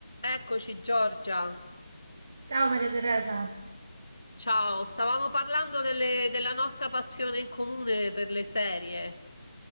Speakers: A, on the left (about 85°); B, on the right (about 40°).
A: Eccoci Giorgia,
B: Ciao Maria Teresa.
A: ciao, stavamo parlando delle- della nostra passione in comune per le serie,